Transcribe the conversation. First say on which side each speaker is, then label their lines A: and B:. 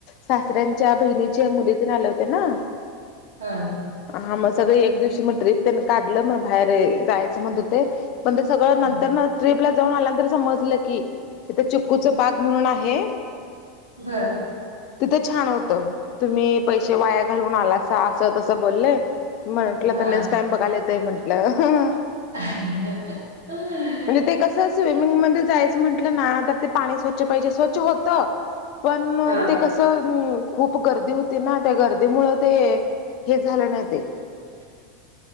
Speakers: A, on the left (about 50°); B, on the right (about 80°).
A: सासऱ्यांच्या बहिणीच्या मुलीतून आले होते ना.
B: हा.
A: हा मग सगळी एक दिवशी मग ट्रीप त्यांनी काढलं मग बाहेर जायचं म्हणतो ते म्हण ते सगळं
B: हा
A: नंतर ट्र्रीपला जाऊन आल्यानंतर समजलं की तिथं चिककूचा बाग म्हणून आहे.
B: बरं.
A: तिथं छान होतं तुम्ही पैसे वाया घालून आलासा असं तसं बोलले. म्हंटलं
B: हा.
A: तर नेक्स्ट टाम बघाला येतय म्हंटलं.
B: ह. हम.
A: म्हणजे ते कस स्विमिंगमध्येध्ये जायचं म्हण. म्हटलं ना तर ते पाणी स्वच्छ पाहिजे स्वच्छ होत पण
B: हा
A: ते कसं? खूप गर्दी होती ना त्या गर्दी मुळ ते हे झालं नाही ते.